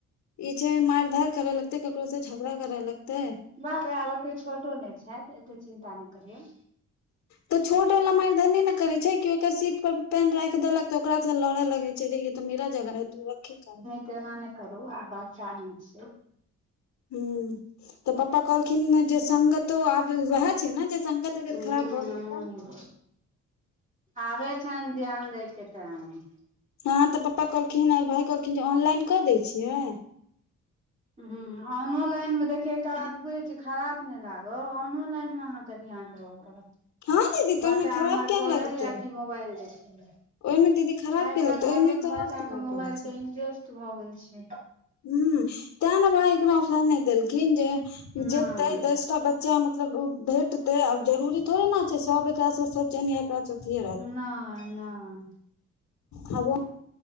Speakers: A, on the left (about 70°); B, on the right (about 25°).
A: ई छै मारि धारि करय लगते ककरो से झगड़ा करय लगतइ
B: बाप आब ओते छोटो नहि छैय एते चिन्ता नहि करियौ।
A: तऽ छोट वाला मारि धने ने करे छै कि ओकर सीट पर पेन राख देलक तऽ ओकरा से लड़े लगे छैय त मेरा जगह है तुम रखी काहे।
B: त एना नहि करू आ बच्चा नहि छै।
A: हूँ त पप्पा कहलखिन जे सगतो आब वैह छै ने जे संगत अगर
B: हूँ
A: खराब भऽ गेलै त
B: आबे छैन्ह ध्यान दैय के टाइम।
A: हँ तऽ पप्पा कहलखिन आर भाय कहलखिन जे ऑनलाइन कऽ दैय छियै
B: ह ऑनोलाइन मे देख एकटा बात बुझै छै खराब। लागत ऑनोलाइन मे अहाँकेँ ध्यान देबऽ पड़त।
A: हँ दीदी तऽ
B: बच्चा
A: ओहिमे खराब
B: हमर
A: किया
B: पढ़े
A: लगतै
B: या कि मोबाइल देखे
A: ओहिमे दीदी खराब
B: आइ
A: किया
B: काल्हि
A: लगतै
B: हरेक
A: ओहिमे तऽ
B: बच्चाके
A: आओर तबाह
B: मोबाइलके
A: करै छै
B: इंट्रेस्ट भ गेल छै।
A: ह ते ने भाय एकराठ नहि देलखिन जे
B: नय
A: जेतै दसटा बच्चा मतलब भेटतै आब जरूरी थोड़े ने छै सभ एकरासँ सज्जन एकरा से अथिये
B: नहि नहि।
A: ह